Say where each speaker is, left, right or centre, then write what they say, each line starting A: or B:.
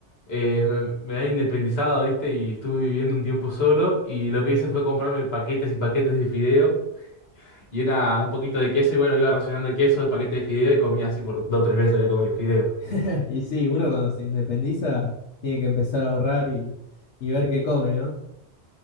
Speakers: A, on the left; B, on the left.
A: eh, me, me había independizado, ¿viste? Y estuve viviendo un tiempo solo. Y lo que hice fue comprarme paquetes y paquetes de fideo. Y una, un poquito de queso. Y bueno, iba racionando el queso, el paquete de fideo. Y comía así por dos o tres meses. Había comido fideo.
B: <laughs> Y sí, uno cuando se independiza tiene que empezar a ahorrar y, y ver qué come, ¿no?